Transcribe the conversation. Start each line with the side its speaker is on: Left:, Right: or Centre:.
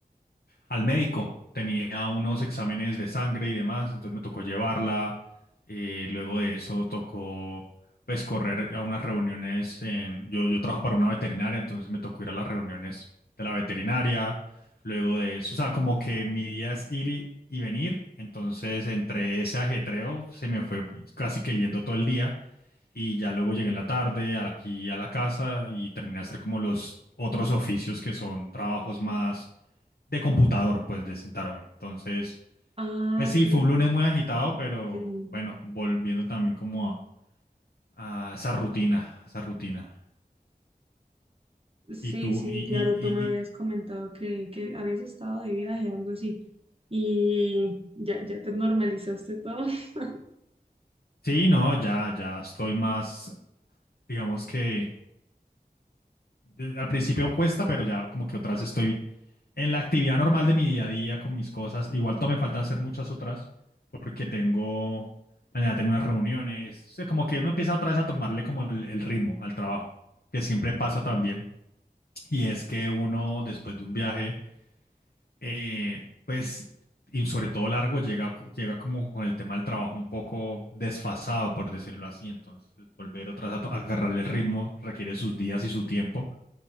Left: al médico. Tenía unos exámenes de sangre y demás, entonces me tocó llevarla. Eh, luego de eso tocó pues correr a unas reuniones en, yo, yo trabajo para una veterinaria, entonces me tocó ir a las reuniones de la veterinaria. Luego de eso, o sea, como que mi día es ir y, y venir, entonces entre ese ajetreo se me fue casi que yendo todo el día y ya luego llegué en la tarde a la- aquí a la casa y terminé de hacer como los otros oficios que son trabajos más de computador, pues, de sentarme. Entonces,
Right: Ah,
Left: pues
Right: ok.
Left: sí, fue un lunes muy agitado, pero
Right: ok.
Left: bueno, volviendo también como a, a esa rutina, esa rutina.
Right: Sí,
Left: Y tú,
Right: sí,
Left: y, y,
Right: claro,
Left: y,
Right: tú me habías
Left: y-
Right: comentado que, que habías estado de viaje o algo así. Y ya, ya te normalizaste todo. <laughs>
Left: sí, no, ya, ya estoy más, digamos que eh, al principio cuesta, pero ya como que otra vez estoy en la actividad normal de mi día a día con mis cosas. Igual todavía me faltan hacer muchas otras, porque tengo, mañana tengo unas reuniones. O sea, como que uno empieza otra vez a tomarle como el el ritmo al trabajo, que siempre pasa también Y es que uno, después de un viaje, eh, pues, y sobre todo largo, llega, llega como con el tema del trabajo un poco desfasado, por decirlo así. Entonces, volver otra vez a, to- a agarrarle el ritmo requiere sus días y su tiempo